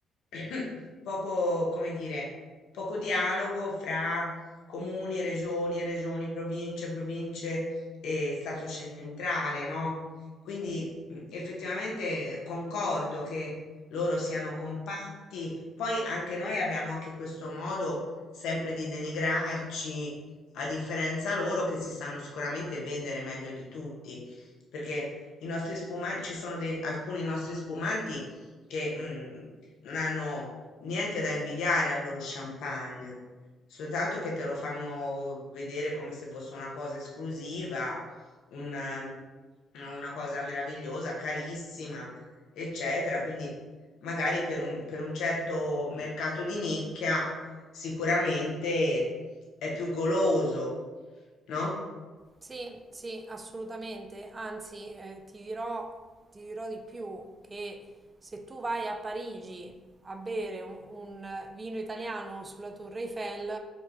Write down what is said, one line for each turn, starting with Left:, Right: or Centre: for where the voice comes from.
Left: <clears throat> poco, come dire, poco dialogo fra comuni, regioni, regioni, province, province e Stato centrale, no? Quindi mm, effettivamente concordo che loro siano compatti. Poi anche noi abbiamo anche questo modo sempre di denigrarci, a differenza loro che si sanno sicuramente vendere meglio di tutti, perché i nostri spumanti, ci sono dei- alcuni nostri spumanti che mm, non hanno niente da invidiare al loro champagne, soltanto che te lo fanno vedere come se fosse una cosa esclusiva, un, eh, una cosa meravigliosa, carissima, eccetera. Quindi magari per un, per un certo mercato di nicchia sicuramente è più goloso, no?
Right: Sì, sì, assolutamente. Anzi, eh, ti dirò, ti dirò di più che se tu vai a Parigi a bere un, un vino italiano sulla Tour Eiffel,